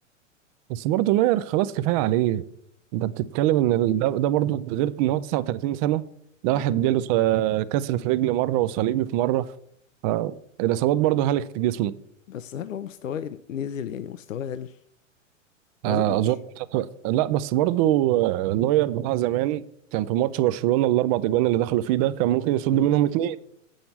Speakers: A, on the right; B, on the left.
A: بس برضه نوير خلاص كفايه عليه انت بتتكلم ان ال- ده ده برضه غير ان هو 39 سنه ده
B: مم.
A: واحد جاله س- كسر في رجل مره وصليبي في مره ف- الاصابات برضه هلكت جسمه
B: بس هل هو مستواه نزل يعني مستواه قل ما
A: آه،
B: اظنش
A: اظن لا بس برضه آه، نوير بتاع زمان كان في ماتش برشلونه الاربع اجوان اللي دخلوا فيه ده كان ممكن يصد
B: مم.
A: منهم اتنين